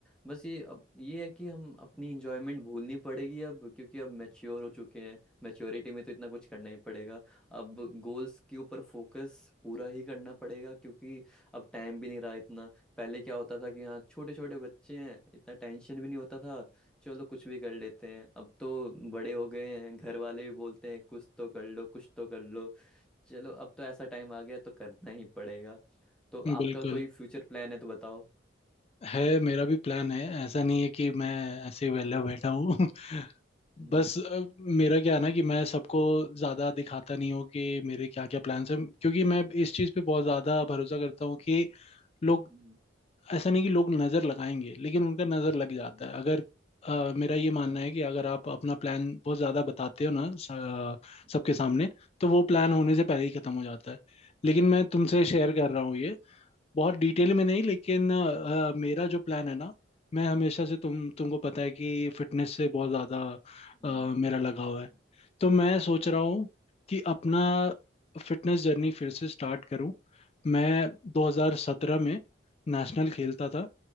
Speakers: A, in the centre; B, on the left.
A: बस ये अब ये है कि हम अपनी इंजॉयमेंट भूलनी पड़ेगी अब क्योंकि अब मैच्योर हो चुके हैं मैच्योरिटी में तो इतना कुछ करना ही पड़ेगा अब गोल्स के ऊपर फोकस पूरा ही करना पड़ेगा क्योंकि अब टाइम भी नहीं रहा इतना पहले क्या होता था कि हाँ छोटे छोटे बच्चे हैं इतना टेंशन भी नहीं होता था चलो कुछ भी कर लेते हैं अब तो बड़े हो गए हैं घर वाले भी बोलते हैं कुछ तो कर लो कुछ तो कर लो चलो अब तो ऐसा टाइम आ गया तो करना ही पड़ेगा तो आपका
B: बिल्कुल
A: कोई फ्यूचर प्लान है तो बताओ
B: है मेरा भी प्लान है ऐसा नहीं है कि मैं ऐसे ही वेला बैठा हूँ <laughs>
A: हम्म
B: बस अ, मेरा क्या है ना कि मैं सबको ज़्यादा दिखाता नहीं हूँ कि मेरे क्या क्या प्लान्स हैं क्योंकि मैं इस चीज़ पे बहुत ज़्यादा भरोसा करता हूँ कि लोग
A: हम्म,
B: ऐसा नहीं कि लोग नज़र लगाएंगे लेकिन उनका नज़र लग जाता
A: हम्म,
B: है अगर अ, मेरा ये मानना है कि अगर आप अपना प्लान बहुत ज़्यादा बताते हो ना स-
A: हम्म,
B: सबके सामने तो वो प्लान होने
A: हम्म,
B: से पहले ही ख़त्म हो जाता है लेकिन मैं तुमसे शेयर कर रहा हूँ ये बहुत
A: हम्म,
B: डिटेल
A: हम्म,
B: में नहीं लेकिन अ, मेरा जो प्लान है ना मैं हमेशा से तुम तुमको पता है कि फिटनेस से बहुत ज़्यादा
A: हम्म।
B: अ, मेरा लगाव है
A: हम्म।
B: तो मैं सोच
A: हाँ
B: रहा हूँ कि अपना फिटनेस जर्नी फिर से स्टार्ट करूँ मैं 2017 में नेशनल खेलता था